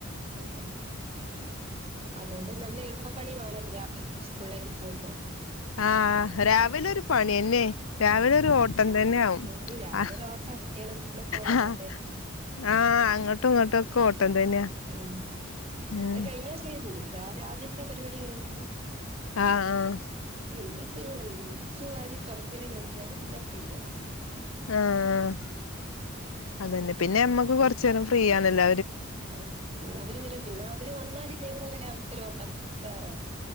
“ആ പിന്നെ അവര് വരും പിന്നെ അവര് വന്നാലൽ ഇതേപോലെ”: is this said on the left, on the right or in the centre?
Right